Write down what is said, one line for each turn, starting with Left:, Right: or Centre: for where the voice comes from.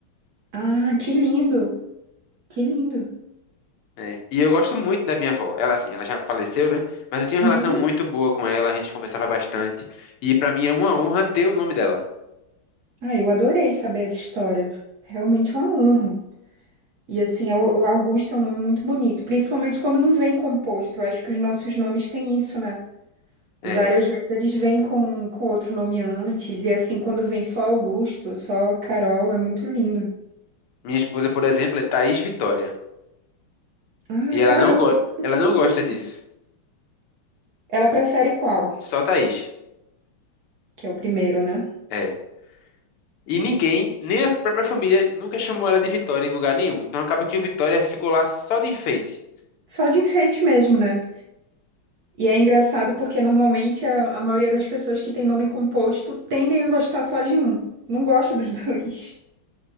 Right: Ah, que lindo! Que lindo!
Left: né? E eu gosto muito da minha avó. Ela, assim, ela já faleceu, né? Mas eu tinha uma
Right: Uhum.
Left: relação muito boa com ela, a gente conversava bastante. E pra mim é uma honra ter o nome dela.
Right: Ah, eu adorei saber essa história. Realmente uma honra. E assim, é o o Augusto é um nome muito bonito, principalmente quando não vem composto. Eu acho que os nossos nomes têm isso, né?
Left: É.
Right: Várias vezes eles vêm com, com outro nome antes, e assim, quando vem só Augusto, só Carol, é muito lindo.
Left: Minha esposa, por exemplo, é Thaís Vitória.
Right: Ah,
Left: E ela
Right: caramba,
Left: não, go
Right: eu nunca
Left: ela
Right: tinha
Left: não
Right: visto.
Left: gosta disso.
Right: Ela prefere qual?
Left: Só Thaís.
Right: Que é o primeiro, né?
Left: É. E ninguém, nem a própria família, nunca chamou ela de Vitória em lugar nenhum. Então acaba que o Vitória ficou lá só de enfeite.
Right: Só de enfeite mesmo, né? E é engraçado porque normalmente a, a maioria das pessoas que tem nome composto tendem a gostar só de um. Não gosta dos <laughs> dois.